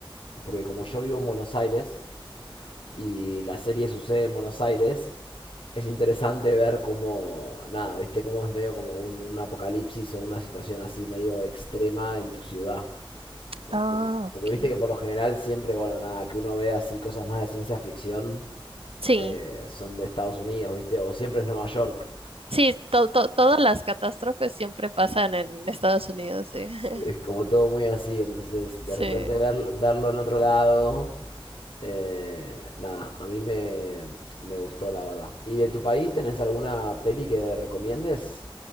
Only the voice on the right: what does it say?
Ah,
ok.
Sí,
sí, to- to- todas las catástrofes siempre pasan en Estados Unidos, sí.
<laughs>
Sí.